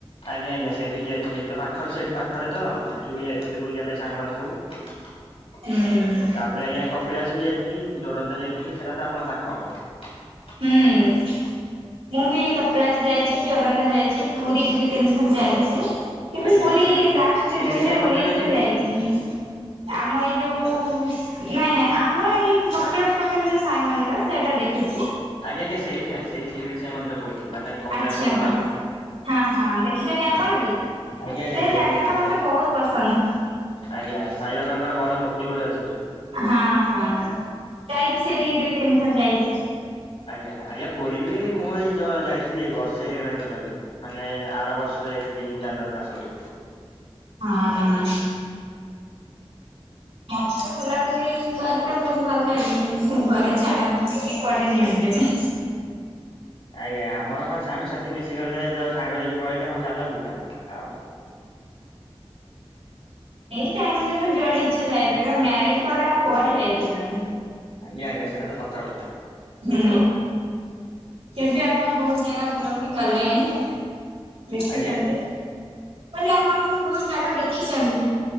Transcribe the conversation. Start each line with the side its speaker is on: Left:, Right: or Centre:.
Left: ଆଜ୍ଞା, ଆଜ୍ଞା, ସେଇଠିକି ଯାଇଥିଲି ତ, ପାଖରେ ସେଇଠୁ ପାଖରେ ତ, ସେଠି ବି ଯାଇଥିଲୁ ବୁଲିବା ପାଇଁ ସାଙ୍ଗମାନେ ସବୁ। <inaudible>
Right: ହୁଁ।
Left: ତାପରେ ଆଜ୍ଞା କପିଳାସ ବି ଯାଇଥିଲି ଜୋରନ୍ଦା ଯାଇଥିଲି ସେଇଟା ତ ଆପଣଙ୍କ ପାଖ ହବ। ଆ
Right: ହୁଁ। ମୁଁ ବି କପିଳାସ ଯାଇଚି ଯୋରନ୍ଦା ଯାଇଚି ପୁରୀ ଦୁଇ ତିନି ଥର ଯାଇଚି। କିନ୍ତୁ
Left: ଆଜ୍ଞା
Right: ପୁରୀ
Left: ସିରି
Right: ଲାଷ୍ଟ
Left: ଶିରିଡି
Right: ଦୁଇ ହଜାର
Left: ସାଇ ମନ୍ଦିର
Right: ଉଣେଇଶ
Left: ଯାଇଛନ୍ତି?
Right: ରେ ଯାଇଛଚି। ଆମ ଏଇ ଯୋଉ ନାଇଁ ନାଇଁ ଆମର ଏଇ କପିଳାସ ପାଖରେ ଯୋଉ ସାଇ ମନ୍ଦିର ସେଇଟା ଦେଖିଚି।
Left: ଆଜ୍ଞା ଆଜ୍ଞା ସେଇଟା ସେଇ ସିରିଡି ଶାଇ ମନ୍ଦିର କହୁଥିଲି, ମାନେ କପିଳାଶରୁ
Right: ଆଚ୍ଛା
Left: ଗଲା
Right: ହଁ
Left: ବା
Right: ହଁ ହଁ ଦେଖିଚନ୍ତି ଆପଣ ବି
Left: ଆଜ୍ଞା ଆଜ୍ଞା
Right: ସେ
Left: ଯାଇଥିଲି
Right: ଜାଗା
Left: ମୁଁ
Right: ତ ମତେ ବହୁତ ପସନ୍ଦ।
Left: ଆଜ୍ଞା ସାଇବାବାଙ୍କର ବଡ ମୂର୍ତ୍ତି ଗୋଟେ ଅଛି ସେଠି।
Right: ହଁ ହଁ ଯାଇଚି ସେଠିକି ଦୁଇ ତିନି ଥର ଯାଇଚି।
Left: ଆଜ୍ଞା ଆଜ୍ଞା ପୁରୀ ବି ମୁଁ ଏଇ ଯ ଯାଇଥିଲି ବର୍ଷେ ହେଇଗଲାଣି ତଥାପି। ମାନେ ଆର ବର୍ଷ ଯାଇଥିଲି ଜାନୁଆରୀ ମାସବଳକୁ।
Right: ହଁ। ମଝିରେ ଗୁଲାପୀ ପି ତାର ଟା ବହୁତ ଭଲ ଲାଗେ କିନ୍ତୁ। ଘରେ ଛାଡନ୍ତିନି କି କୁଆଡେ ନିଅନ୍ତିନି।
Left: ଆଜ୍ଞା ଆମର କଣ ସାଙ୍ଗସାଥି ମିଶିଗଲେ। ସାଙ୍ଗ ଯଦି କହିଲେ ହଁ ଚାଲ ଯିବା ଆଉ।
Right: ଏଇ ଟାଇମରେ ତ ଯୁଆଡେ ଇଛା ଯାଇପାରିବ ମ୍ୟାରେଜ ପରେ ଆଉ କୁଆଡେ ଯାଇପାରିବନି।
Left: ଆଜ୍ଞା ଆଜ୍ଞା ସେଟା ତ ସତ କଥା।
Right: ହୁଁ ଏବେ ଆପଣ ବହୁତ ଜାଗା ବୁଲାବୁଲି କଲେଣି। ମିଶିଚନ୍ତି
Left: ଆଜ୍ଞା
Right: ମାନେ ଆପଣ ମାନ ବହୁତ ଜାଗା ଦେଖିଚନ୍ତି।